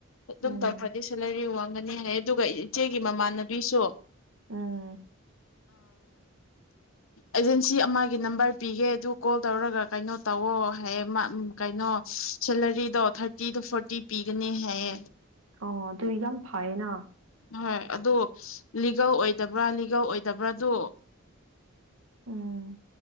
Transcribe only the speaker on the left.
ꯑꯗꯨꯝ
ꯇꯧꯈ꯭ꯔꯗꯤ ꯁꯦꯂꯔꯤ ꯋꯥꯡꯒꯅꯤ ꯍꯥꯏ ꯑꯗꯨꯒ ꯏꯆꯦꯒꯤ ꯃꯃꯥꯟꯅꯕꯤꯁꯨ
ꯑꯦꯖꯦꯟꯁꯤ ꯑꯃꯒꯤ ꯅꯝꯕꯔ ꯄꯤꯒꯦ ꯑꯗꯨ ꯀꯣꯜ ꯇꯧꯔꯒ ꯀꯩꯅꯣ ꯇꯧꯋ ꯍꯥꯏꯌꯦ ꯀꯩꯅꯣ ꯁꯦꯂꯔꯤꯗꯣ ꯊꯥꯔꯇꯤ ꯇꯨ ꯐꯣꯔꯇꯤ ꯄꯤꯒꯅꯤ ꯍꯥꯏꯌꯦ
ꯍꯣꯏ ꯑꯗꯨ ꯂꯤꯒꯜ ꯑꯣꯏꯗꯕ꯭ꯔꯥ ꯂꯤꯒꯜ ꯑꯣꯏꯗꯕ꯭ꯔꯥꯗꯣ